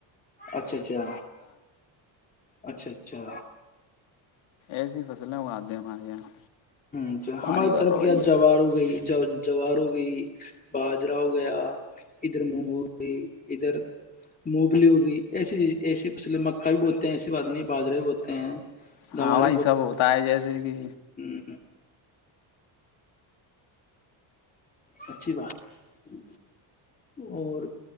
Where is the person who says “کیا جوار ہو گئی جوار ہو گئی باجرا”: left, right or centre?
Left